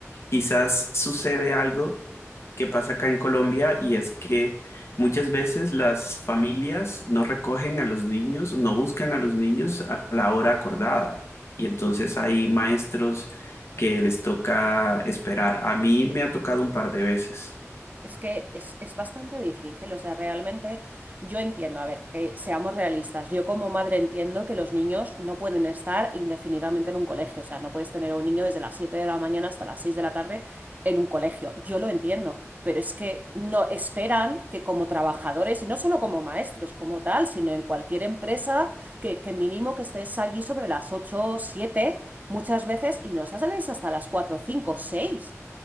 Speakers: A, on the left (about 60°); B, on the right (about 35°).
A: quizás sucede algo que pasa acá en Colombia y es que muchas veces las familias no recogen a los niños, no buscan a los niños a la hora acordada. Y entonces hay maestros que les toca esperar. A mí me ha tocado un par de veces.
B: Es que es, es bastante difícil, o sea, realmente yo entiendo, a ver, eh, seamos realistas, yo como madre entiendo que los niños no pueden estar indefinidamente en un colegio, o sea, no puedes tener a un niño desde las 7 de la mañana hasta las 6 de la tarde en un colegio, yo lo entiendo, pero es que no esperan que como trabajadores, y no solo como maestros como tal, sino en cualquier empresa, que, que mínimo que estés allí sobre las 8 o 7 muchas veces y no sales hasta las 4 5 6.